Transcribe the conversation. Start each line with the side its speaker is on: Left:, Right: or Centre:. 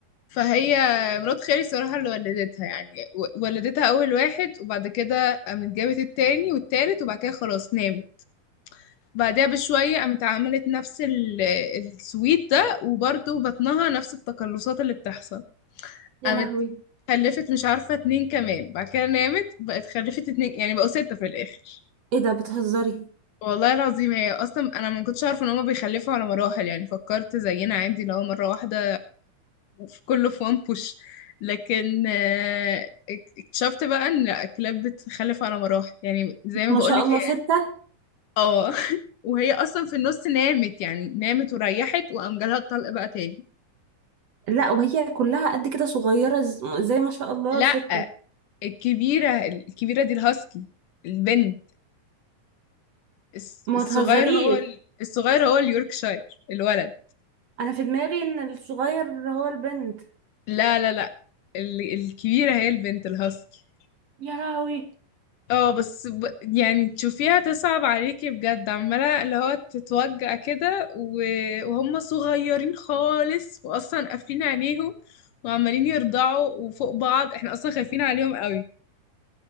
Left: فهي مرات خالي صراحة اللي ولدتها يعني و- ولدتها اول واحد وبعد كده قامت جابت التاني والتالت وبعد كده خلاص نامت بعدها بشوية قامت عملت نفس ال- السويت ده وبرضه بطنها نفس التقلصات اللي بتحصل
Right: يا
Left: قامت
Right: لهوي
Left: خلفت مش عارفة اتنين كمان بعد كده نامت بقت خلفت اتنين يعني بقوا ستة في الآخر
Right: ايه ده بتهزري
Left: والله العظيم هي أصلا أنا ما كنتش عارفة إن هما بيخلفوا على مراحل يعني فكرت زينا عادي لو مرة واحدة في كله في وان بوش لكن آه، اكتشفت بقى إن لأ، الكلاب بتخلف على مراحل يعني زي ما
Right: ما
Left: بقولك
Right: شاء الله
Left: هي
Right: ستة
Left: اه <laughs> وهي أصلا في النص نامت يعني نامت وريحت وقام جالها الطلق بقى تاني
Right: لا وهي كلها قد كده صغيرة ز- زي ما شاء الله
Left: لأ
Right: ستة
Left: الكبيرة الكبيرة دي الهاسكي البنت الس-
Right: ما
Left: الصغير
Right: تهزريش
Left: هو ال... الصغير هو اليوركشاير الولد
Right: انا في دماغي ان الصغير هو البنت
Left: لا لا لا ال... الكبيرة هي البنت الهاسكي
Right: يا لهوي
Left: اه بس ب... يعني تشوفيها تصعب عليكي بجد عمالة اللي هو تتوجع كده و... وهم صغيرين خالص واصلا قافلين عينيهم وعمالين يرضعوا وفوق بعض احنا اصلا خايفين عليهم قوي